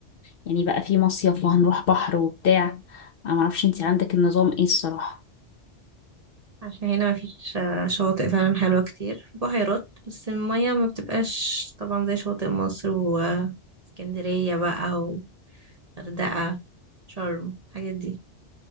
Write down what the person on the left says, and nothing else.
يعني بقى في مصيف وهنروح بحر وبتاع انا معرفش انتي عندك النظام ايه الصراحة